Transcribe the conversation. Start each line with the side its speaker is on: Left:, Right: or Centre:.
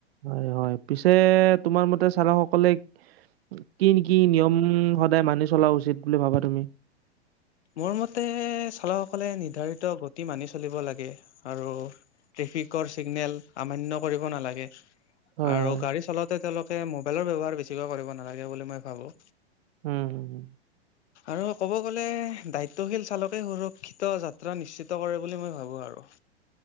Right: হয় হয় পিছে তোমাৰ মতে চালকসকলে। কি কি নিয়ম সদায় মানি চলা উচিত বুলি ভাবা তুমি।
Left: মোৰ মতে চালকসকলে নিৰ্ধাৰিত গতি মানি চলিব লাগে আৰু। ট্ৰেফিকৰ চিগনেল আমানান্য কৰিব নালাগে
Right: হয়,
Left: আৰু
Right: হয়।
Left: গাড়ী চলাওঁতে তেওঁলোক। মোবাইলৰ ব্যৱহাৰ বেছিকৈ কৰিব নালাগে বুলি মই ভাবো।
Right: উম। হুম।
Left: আৰু ক'ব গ'লে দায়িত্বশীল চালকে সুৰক্ষিত যাত্ৰা নিশ্চিত কৰে বুলি মই ভাবোঁ আৰু।